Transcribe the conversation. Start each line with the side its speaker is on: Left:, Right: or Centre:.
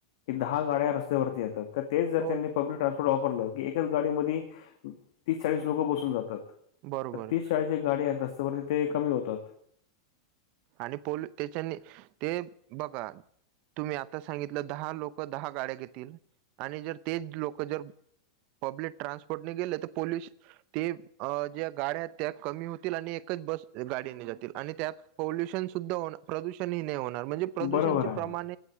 Left: की दहा गाड्या रस्त्यावरती येतात. तर ते जर
Right: हो
Left: त्यांनी, पब्लिक ट्रान्सपोर्ट वापरलं. की एकाच गाडी मध्ये तीस चाळीस लोकं बसून जातात.
Right: बरोबर
Left: तर तीच चाळीस जे गाडी आहेत, ते रस्त्यावरचे ते कमी होतात.
Right: आणि पोलीस तेच्याने ते बघा. तुम्ही आता सांगितलं दहा लोकं दहा गाड्या घेतील. आणि जर तेच लोकं जर, पब्लिक ट्रान्सपोर्ट गेले तर पोलोशन. ते ज्या गाड्या आहेत. त्या कमी होतील आणि एकच बस गाडीने जातील. आणि पोल्युषन सुद्धा प्रदूषणही नाही होणार. म्हणजे प्रदूषणचे
Left: बरोबर आहे
Right: प्रमाण,